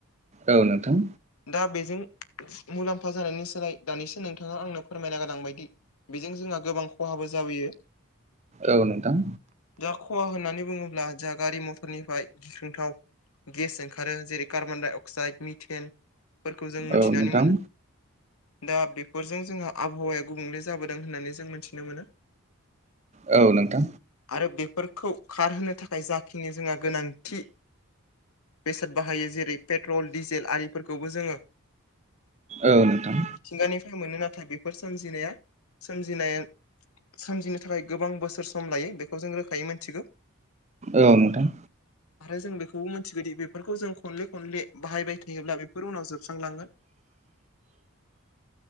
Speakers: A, on the right; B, on the left.
A: औ नोंथां।
B: दा बेजों मुलाम्फा जानायनि सोलाय दानिसो नोंथाङा आंनो फोरमायना गोलांबायदि बेजों जोंहा गोबां खहाबो जाबोयो।
A: औ नोंथां।
B: दा खहा होननानै बुंङोब्ला जाोंहा गारि मथरनिफ्राय गिख्रंथाव गेस ओंखारो जेरै कार्बन-डाइ-अक्साइद मिथेन फोरखौ जों मोनथिनानै
A: औ नोंथां
B: मोनो। दा बेफोरजों जोंहा आबहावाया गुबुंले जाबोदों होननानै जों मोनथि मोनो
A: औ नोंथां औ नोंथां औ नोंथां
B: आरो बेफोरखौ खार होनो थाख खाय नाथाय जाखिनि जोंहा गोनांथि। बेसाद बाहायो। जेरै पेट्रल, डिजेल आरिफोरखौबो जोङो
A: ओ नोंथां।
B: मिथिंगानिफ्राय मोनो नाथाय बेफोर सोमजिनाया सोमजिनाय सोमजिनो थाखाय गोबां बोसोर सम लायो बेखौ जों रोखायै मोनथिगौ।
A: औ नोंथां।
B: आरो जों बेखौबो मिथिगौदि बेफोरखौ जों खनले खनले बाहायबाय थायोब्ला बेफोर उनाव जोबस्रांलांगोन।